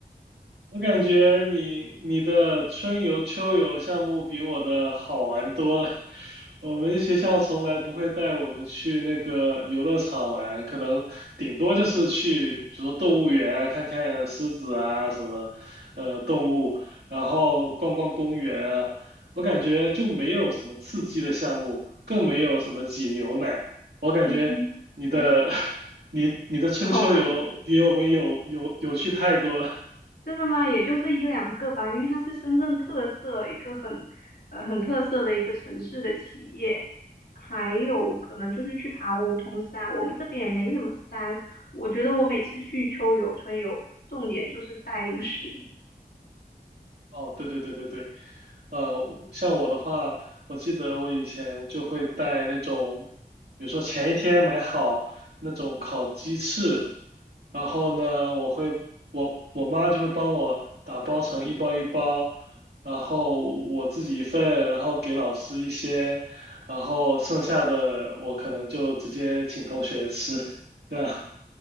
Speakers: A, on the right; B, on the left.
A: 我感觉你你的春游、秋游项目比我的好玩多了。<laughs> 我们学校从来不会带我们去那个游乐场玩，可能顶多就是去，比如说动物园啊，看看狮子啊什么，呃，动物，然后逛逛公园啊。我感觉就没有什么刺激的项目，更没有什么挤牛奶。我感觉你的
B: <clears throat> 嗯，
A: <laughs> 你你的春秋游比我们有有有趣太多了。
B: <laughs> 很好玩吗？真的吗？也就这一两个吧，因为它是深圳特色一个很呃很特色的一个城市的企业，还有可能就是去爬梧桐山，我们这边也没什么山，我觉得我每次去秋游春游，重点就是带零食。
A: 哦，对对对对对，呃，像我的话，我记得我以前就会带那种，比如说前一天买好那种烤鸡翅，然后呢，我会我我妈就会帮我打包成一包一包，然后我自己一份，然后给老师一些，然后剩下的我可能就直接请同学吃，<laughs> 这样。